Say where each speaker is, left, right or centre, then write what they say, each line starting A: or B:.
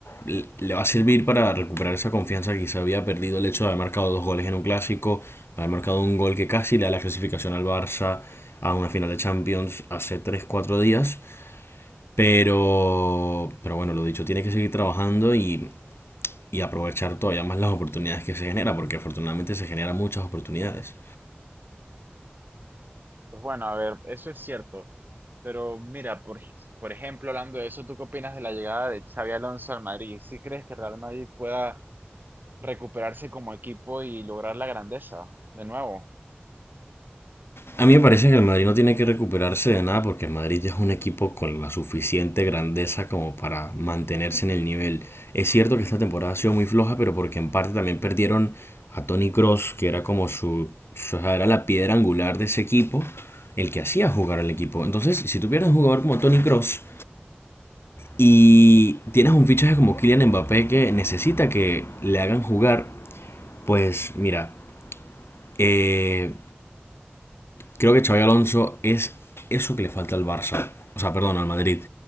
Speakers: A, on the left; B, on the right.
A: pf, le va a servir para recuperar esa confianza que se había perdido el hecho de haber marcado dos goles en un clásico, haber marcado un gol que casi le da la clasificación al Barça a una final de Champions hace tres cuatro días. Pero, pero bueno, lo dicho, tiene que seguir trabajando y, y aprovechar todavía más las oportunidades que se genera, porque afortunadamente se generan muchas oportunidades.
B: Pues bueno, a ver, eso es cierto. Pero mira, por, ej- por ejemplo, hablando de eso, ¿tú qué opinas de la llegada de Xavi Alonso al Madrid? ¿Sí crees que Real Madrid pueda recuperarse como equipo y lograr la grandeza de nuevo?
A: A mí me parece que el Madrid no tiene que recuperarse de nada porque el Madrid ya es un equipo con la suficiente grandeza como para mantenerse en el nivel. Es cierto que esta temporada ha sido muy floja, pero porque en parte también perdieron a Toni Kroos, que era como su, su- era la piedra angular de ese equipo, el que hacía jugar al equipo. Entonces, si tú pierdes un jugador como Toni Kroos y tienes un fichaje como Kylian Mbappé que necesita que le hagan jugar, pues mira, eh, Creo que Xabi Alonso es eso que le falta al Barça, o sea, perdón, al Madrid.